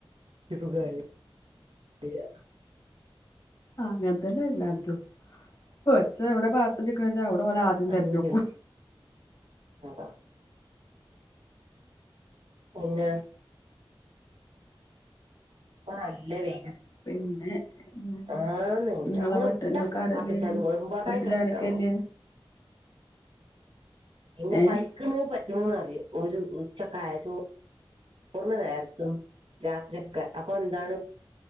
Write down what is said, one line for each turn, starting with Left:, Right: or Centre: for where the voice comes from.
Right: <unintelligible> <unintelligible>
Left: ആഹ് അങ്ങനെ തന്നെ എല്ലാടത്തും കൊച്ചെവിടെ പാത്ത്ച്ച്ക്കണെ ച്ചാ അവിടോൻ ആദ്യം
Right: അങ്ങനെയാണ്
Left: തെരഞ്ഞോക്കും.
Right: കഥ പിന്നേ ഇപ്പൊ നല്ല വെയില്
Left: പിന്നെ വേറെന്താ
Right: ആന്ന്
Left: നിങ്ങളെ
Right: നമ്മള്
Left: വീട്ട്
Right: ട്ട <unintelligible>
Left: നിങ്ങക്ക് ആരല്ലേ ഉള്ളെ വീട്ടില് ആരൊക്കെയില്ലേ
Right: പിന്നെ
Left: ഏഹ്
Right: പൈക്ണ് പൈക്ക്ണ്ന്നറിം ഒരു ഉച്ചക്കായ ചോ റ്‌ന് നേരത്തും രാത്രൊക്കെ അപ്പൊ ന്താണ്?